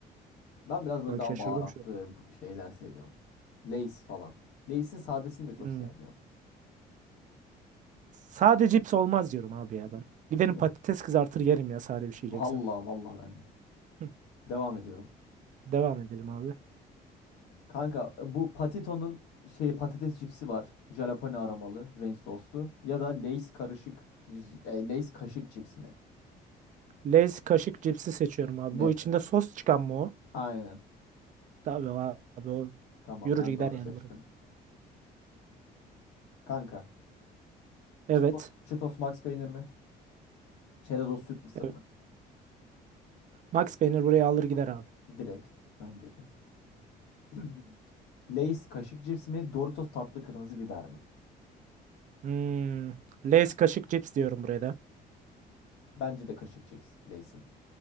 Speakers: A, on the left; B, on the right.
A: Ben biraz böyle
B: Bak
A: daha
B: şaşırdım
A: baharatlı
B: şu an.
A: şeyler seviyorum. Lay's falan. Lay's'in sadesini de çok
B: Hmm.
A: sevmiyorum.
B: Sade cips olmaz diyorum abi ya ben. Gidelim
A: Değil
B: patates
A: mi?
B: kızartır yerim ya sade bir şey
A: Valla
B: yiyeceksem.
A: valla ben de.
B: Hı,
A: Devam ediyorum.
B: Devam edelim abi.
A: Kanka bu Patito'nun şey patates cipsi var. Jalapeno aromalı, ranch soslu. Ya da Lay's karışık, e, Lay's kaşık cips mi?
B: Lay's kaşık cipsi seçiyorum abi.
A: Net.
B: Bu içinde sos çıkan mı o?
A: Aynen.
B: Tabii abi o
A: Tamam
B: yürür
A: ben
B: gider
A: de onu
B: yani
A: seçtim.
B: buraya.
A: Kanka
B: Evet.
A: Cheetos, Cheetos Max peynir mi? Çerezos süt mısır
B: Evet.
A: mı?
B: Max peynir buraya alır gider abi.
A: Direkt bence de. <clears throat> Lay's kaşık cips mi? Doritos tatlı kırmızı biber mi?
B: Hmm. Lay's kaşık cips diyorum buraya da.
A: Bence de kaşık cips Lay's'in.